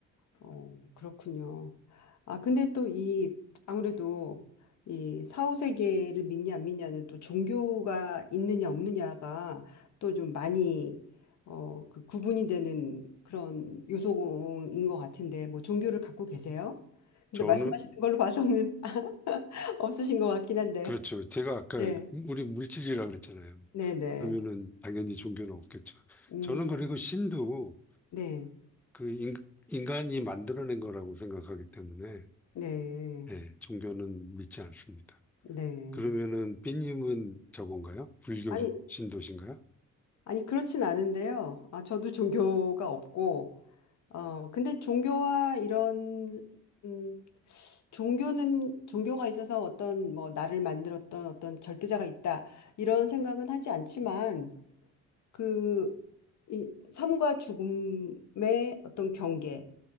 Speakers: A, on the left; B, in the centre.
A: 어, 그렇군요. 아, 근데 또 이, 아무래도 이 사후세계를 믿냐 안 믿냐는 또 종교가 있느냐 없느냐가 또 좀 많이 어, 그 구분이 되는 그런 요소인 것 같은데, 뭐 종교를 갖고 계세요? 근데
B: 저는,
A: 말씀하시는 걸로 봐서는 <laughs> 없으신 것 같긴 한데.
B: 그렇죠. 제가 아까
A: 네,
B: 우리 물질이라 그랬잖아요.
A: 네, 네.
B: 그러면은 당연히 종교는 없겠죠.
A: 음,
B: 저는 그리고 신도
A: 네,
B: 그 인, 간이 만들어낸 거라고 생각하기 때문에
A: 네,
B: 예, 종교는 믿지 않습니다.
A: 네.
B: 그러면은 삐님은 저건가요? 불교
A: 아니,
B: 주- 신도신가요?
A: 아니, 그렇진 않은데요. 아, 저도 종교가 없고, 어, 근데 종교와 이런, 음, 종교는, 종교가 있어서 어떤, 뭐, 나를 만들었던 어떤 절대자가 있다, 이런 생각은 하지 않지만, 그, 이 삶과 죽음의 어떤 경계,